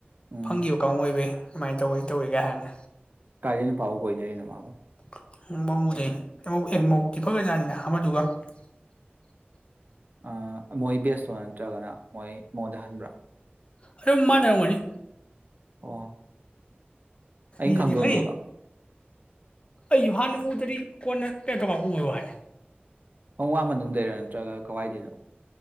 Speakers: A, on the right (about 45°); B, on the left (about 30°).
A: ꯎꯝ
B: ꯐꯪꯈꯤꯕ ꯀꯥꯡ ꯑꯣꯏꯕ ꯀꯃꯥꯏꯅ ꯇꯧꯋꯤ ꯇꯧꯋꯤꯒ ꯍꯥꯏꯕꯅꯤ
A: ꯀꯥꯏꯗꯩ ꯅꯨꯄꯥ ꯑꯃꯨꯛ ꯀꯣꯏꯅꯔꯤꯅꯣ ꯃꯥꯃꯨꯛ
B: <unintelligible>
A: ꯑꯥ ꯃꯣꯏꯕꯦꯁ ꯅꯠꯇ꯭ꯔꯒꯅ ꯃꯣꯏ ꯃꯉꯣꯟꯗꯩ ꯍꯟꯕ꯭ꯔꯥ
B: ꯑꯗꯨꯝ ꯃꯥꯅꯔꯝꯒꯅꯤ
A: ꯑꯣ ꯑꯩꯅ
B: ꯃꯤꯗꯨꯗꯤ
A: ꯈꯪꯗꯧꯃꯤꯔꯣ
B: ꯐꯩ ꯑꯩꯁꯨ ꯍꯥꯟꯅ ꯎꯗ꯭ꯔꯗꯤ ꯀꯣꯟꯅ ꯀꯩꯅꯣ ꯇꯧ ꯎꯕꯩ ꯍꯥꯏꯅꯤ
A: ꯄꯪ ꯋꯥ ꯃꯅꯨꯡꯗꯩꯔ ꯅꯠꯇ꯭ꯔꯒ ꯀꯋꯥꯏꯗꯅꯣ